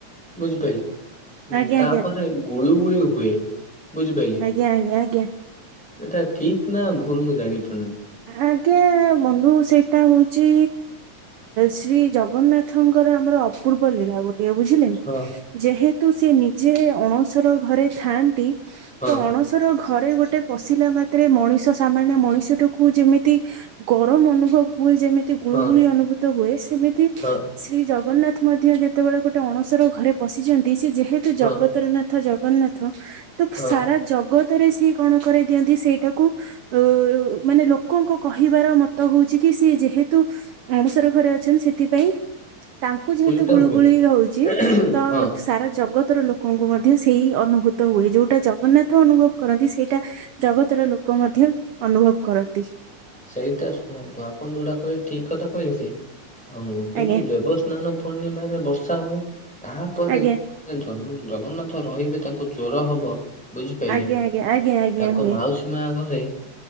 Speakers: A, in the centre; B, on the right (about 75°).
A: ବୁଝିପାଇଲେ
B: ଆଜ୍ଞା
A: ତାପରେ
B: ଆଜ୍ଞା
A: ଗୁଳୁ ଗୁଳିୁ ହୁଏ ବୁଝିପାଇଲେ।
B: <unintelligible>
A: ଏଟା ଠିକ ନା ଭୁଲ ମୁଁ ଜାଣିଲି।
B: ଆଜ୍ଞା ବନ୍ଧୁ ସେଇଟା ହଉଛି ଶ୍ରୀ ଜଗନ୍ନା ଙ୍କର ଆମର ଅପୂର୍ବ ଲୀଳା ଗୋଟିଏ ବୁଝିଲେ।
A: ହଁ
B: ଯେହେତୁ ସେ ନିଜେ ଅଣସର ଘରେ ଥାଆନ୍ତି
A: ହଁ
B: ତ ଅଣସର ଘରେ ଗୋଟେ ପଶିଲା ମାତ୍ରେ ମଣିଷ ସାମାନ୍ୟ ମଣିଷଟାକୁ ଯେମିତି ଗରମ ଅନୁଭବ ହୁଏ ଯେମିତି ଗୁଳୁଗୁଳି
A: ହଁ
B: ଅନୁଭୂତ ହୁଏ ସେମି
A: ହଁ।
B: ଶ୍ରୀ ଜଗନ୍ନାଥ ମଧ୍ୟ ଯେତେବେଳେ ଗୋଟେ ଅଣସର ଘରେ ପଶିଛନ୍ତି ସେ ଯେହେତୁ
A: ହଁ
B: ଜଗତର ନା ଥ ଜଗନ୍ନାଥ ତ
A: ହଁ
B: ସାରା ଜ ଜଗତରେ ସିଏ କଣ କରାଇ ଦିଅନ୍ତି ସେଇଟାକୁ ଉଁ ମାନେ ଲୋକଙ୍କ କହିବାର ମତ ହଉଛି କି ସି ଯେହେ ତୁ ଅଣସର ଘରେ ଅଛନ୍ତି ସେଥିପାଇଁ ତାଙ୍କୁ ଯେହେତୁ
A: ଟା
B: ଗୁଳୁଗୁଳି
A: ହୁଏ
B: ହଉଛି
A: ହଁ
B: ତ
A: ହଁ
B: ସାରା ଜଗତର ଲୋ କଙ୍କୁ ମଧ୍ୟ ସେଇ ଅନୁଭୂତ ହୁଏ ଯୋଉଟା ଜଗନ୍ନାଥ ଅନୁଭବ କରନ୍ତି ସେଇଟା ଜଗତର ଲୋ ଲୋକ ମଧ୍ୟ ଅନୁଭବ କରନ୍ତି।
A: ସେଇଟା ଶୁଣନ୍ତୁ ଆପଣ ଯୋଉଟା କହିଲେ ଠିକ କଥା କହିଲେ ଯେ ଆଉ କିନ୍ତୁ
B: ଆଜ୍ଞା
A: ଦେବଶ୍ ସ୍ନାନ ପୂର୍ଣ୍ଣିମାରେ ବର୍ଷା ହୁଏ ତାହାପରେ
B: ଆଜ୍ଞା
A: ଜଗନ୍ନାଥ ରହିବେ ତାଙ୍କୁ ଜ୍ଜର ହବ ବୁଝିପାରିଲେ
B: ଆଜ୍ଞା ଆଜ୍ଞା ଆଜ୍ଞା ଆଜ୍ଞା
A: ତାଙ୍କ
B: ହୁଏ
A: ମାଉସୀ ମା ଘରେ